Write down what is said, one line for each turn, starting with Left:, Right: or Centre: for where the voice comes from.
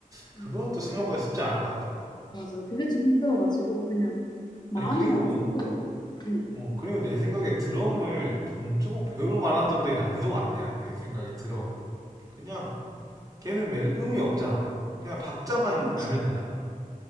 Right: 그건
Left: 음, 맞아.
Right: 또 생각보다 쉽지 않을 것 같아.
Left: 맞아. 그게 좀 힘들어가지고, 그냥, 마음에만
Right: 아니, 그리고
Left: 품고, 응.
Right: 어, 그리고 내 생각에 드럼을 돈 주고 배울 만한 정도의 난이도가 아니야. 내 생각에 드럼은. 그냥 걔는 멜 음이 없잖아. 그냥 박자만
Left: 그치.
Right: 알면 되잖아.